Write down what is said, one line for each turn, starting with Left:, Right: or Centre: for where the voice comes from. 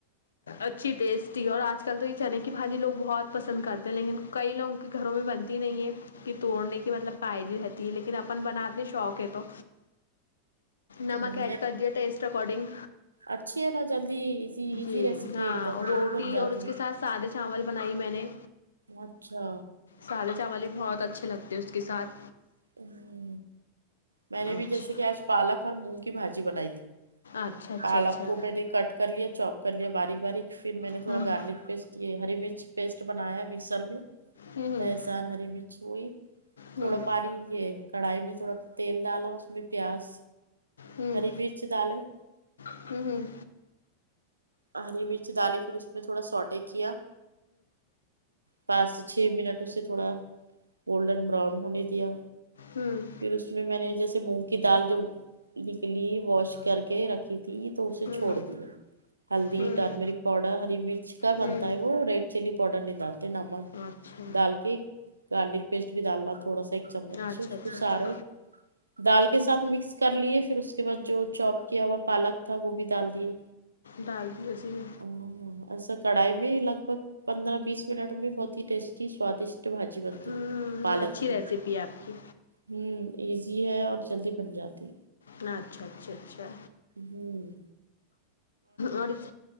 Left: اچھی ٹیسٹی اور آج کل تو یہ چنے کی بھاجی لوگ بہت پسند کرتے ہیں لیکن کئی لوگوں کے گھروں میں بنتی نہیں ہے کہ توڑنے کی مطلب پائدی رہتی ہے لیکن اپن بناتے شوق ہے تو نمک
Right: ہ
Left: ایڈ کر دیے ٹیسٹ اکارڈنگ
Right: اچھی ہے نا جلدی ایزی ایزی
Left: جی
Right: ریسیپی
Left: ہاں
Right: ہے ایک دم جلد
Left: روٹی
Right: ہی بن جاتی
Left: اور اس کے ساتھ سادے چاول بنائی میں نے
Right: اچھا
Left: سادے چاول بھی بہت اچھے لگتے ہیں اس کے ساتھ
Right: ہ میں نے
Left: اچھا
Right: بھی جیسے کہ آج پالک اور مونگ کی بھاجی بنائی تھی
Left: اچھا اچھا
Right: پالک
Left: اچھا
Right: کو میں نے کٹ کر لیا چوپ کر لیا باریک باریک پھر میں نے تھوڑا
Left: ہوں
Right: گارلک پیسٹ یہ ہری مرچ پیسٹ بنایا مکسر میں
Left: ہوں
Right: لہسن ہری مرچ وہی تھوڑا
Left: ہوں
Right: پانی یہ کڑھائی میں تھوڑا تیل ڈالا اس میں پیاز
Left: ہوں
Right: ہری مرچ دالیں
Left: ہوں ہوں
Right: ہری مرچ ڈالے پھر اس میں تھوڑا سوٹے کیا پانچ سےچھ منٹ اس سے تھوڑا گولڈن براؤن ہونے دیا
Left: ہوں
Right: پھر اس میں میں نے جیسے مونگ کی دال جو گیلی واش کر کے رکھی تھی تھی تو اسے
Left: ہوں
Right: چھوڑ دیا ہلدی
Left: ہوں
Right: ٹرمیرک پاؤڈر ہری مرچ کا بنتا
Left: ہوں
Right: ہے وہ ریڈ چلی پاؤڈر نہیں ڈالتے نمک
Left: اچھا
Right: ڈال کے گارلک پیسٹ بھی ڈالنا تھوڑا سا ایک چمچ
Left: اچھا اچھا
Right: پھر
Left: اچھا
Right: سارا دال کے ساتھ مکس کر لیے پھر اس کے بعد جو چوپ کیا ہوا پالک تھا وہ بھی ڈال دیے
Left: ڈال دی اسی میں
Right: او ایسا کڑھائی میں لگ بگ پندرہ بیس منٹ میں بہت ہی ٹیسٹی سوادشٹ بھاجی بنتی
Left: ہوں
Right: پالک
Left: اچھی
Right: کی
Left: ریسیپی ہے آپ کی
Right: ہوں ایزی ہے اور جلدی بن جاتی
Left: اچھا اچھا اچھا
Right: ہوں
Left: اور اس